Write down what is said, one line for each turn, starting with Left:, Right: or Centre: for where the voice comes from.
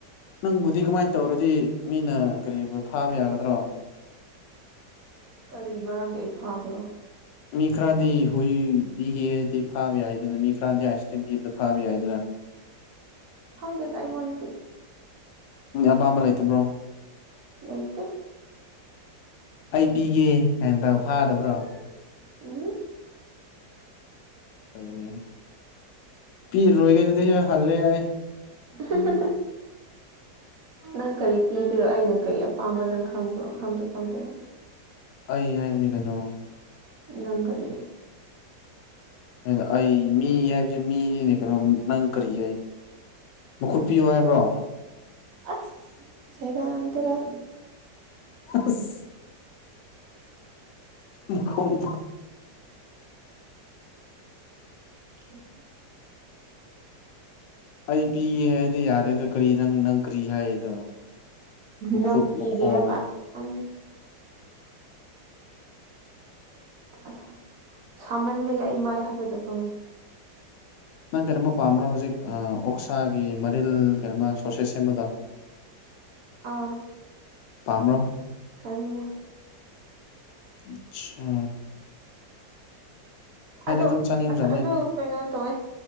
Left: ꯅꯪꯕꯨꯗꯤ ꯀꯃꯥꯏꯅ ꯇꯧꯔꯗꯤ ꯃꯤꯅ ꯀꯔꯤꯕ ꯐꯥꯕ ꯌꯥꯒꯗ꯭ꯔꯣ
Right: ꯀꯔꯤ ꯃꯔꯝꯒꯤ ꯑꯩ ꯐꯥꯒꯦꯔꯣ
Left: ꯃꯤ ꯈꯔꯗꯤ ꯍꯨꯏ ꯄꯤꯒꯦꯍ‌ꯦꯗꯤ ꯐꯥꯕ ꯌꯥꯏꯗꯅ ꯃꯤ ꯈꯔꯗꯤ ꯑꯥꯏꯁ ꯀ꯭ꯔꯤꯝ ꯄꯤꯕꯗ ꯐꯥꯕ ꯌꯥꯏꯗꯅ
Right: ꯈꯪꯗꯦꯗ ꯑꯩꯉꯣꯟꯗꯗꯤ
Left: ꯃꯤ ꯑꯄꯥꯝꯕ ꯂꯩꯇꯕ꯭ꯔꯣ
Right: ꯂꯩꯇꯦ
Left: ꯑꯩ ꯄꯤꯒꯦ ꯀꯥꯏꯅ ꯇ ꯐꯥꯗꯕ꯭ꯔꯣ
Right: ꯑ
Left: ꯎ ꯄꯤ ꯔꯔꯣꯏꯒꯦ ꯍꯜꯂ ꯑꯩ
Right: ꯑꯁ ꯅꯪ ꯀꯔꯤ ꯄꯤꯒꯔꯣ ꯑꯩꯅ ꯀꯔꯤ ꯑꯄꯥꯝꯕ ꯅꯪ ꯈꯪꯕ꯭ꯔꯣ ꯈꯪꯁꯨ ꯈꯪꯗꯔ
Left: ꯑꯩ ꯍꯥꯏꯕꯅꯤ ꯀꯩꯅꯣ
Right: ꯅꯪ ꯀꯔꯤ
Left: ꯑꯗ ꯑꯩ ꯃꯤ ꯍꯥꯏꯕꯁꯦ ꯃꯤꯅꯤꯅꯦ ꯀꯩꯅꯣ ꯅꯪ ꯀꯔꯤꯁꯦ ꯃꯈꯨꯠ ꯄꯤꯌꯣ ꯍꯥꯏꯕ꯭ꯔꯣ
Right: ꯑꯁ ꯁꯦꯔꯥꯟ ꯇꯨꯔꯥꯟ
Left: ꯑꯁ ꯃꯈꯣꯡ
Right: ꯑꯣ
Left: ꯑꯩ ꯄꯤꯒꯦ ꯍꯥꯏꯗꯤ ꯌꯥꯔꯦꯗ ꯀꯔꯤ ꯅꯪ ꯅꯪ ꯀꯔꯤ ꯍꯥꯏꯗꯣ ꯃꯈꯨꯠ
Right: ꯅꯪ ꯄꯤꯒꯦꯕ
Left: ꯃꯈꯣꯡ
Right: ꯑ ꯑ ꯁꯥꯃꯟꯕꯒ ꯑꯩ ꯃꯥꯏ ꯍꯥꯏꯒꯠꯖꯕ ꯍꯧꯔꯦ
Left: ꯅꯪ ꯀꯩꯅꯣꯝꯃ ꯄꯥꯝꯕ꯭ꯔꯣ ꯍꯧꯖꯤꯛ ꯑꯣꯛꯁꯥꯒꯤ ꯃꯔꯤꯜ ꯀꯩꯅꯣꯃ ꯁꯣꯁꯦꯁ ꯁꯦꯝꯕꯗꯣ
Right: ꯑꯥ
Left: ꯄꯥꯝꯕ꯭ꯔꯣ
Right: ꯆꯥꯅꯤꯡꯉꯦ
Left: ꯑꯆꯥ
Right: ꯑꯗꯣ
Left: ꯑꯗꯨꯝ ꯆꯥꯅꯤꯡꯕꯖꯥꯠꯅꯤꯅꯦ
Right: ꯑꯁ ꯑꯗꯨ ꯀꯩꯅꯣ ꯇꯧꯋꯦ